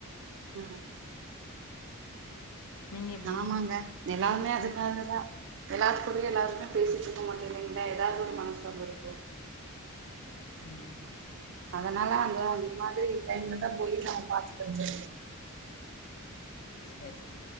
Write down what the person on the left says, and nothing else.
நீங்கள் எப்படி
ம்
சேரி சேர்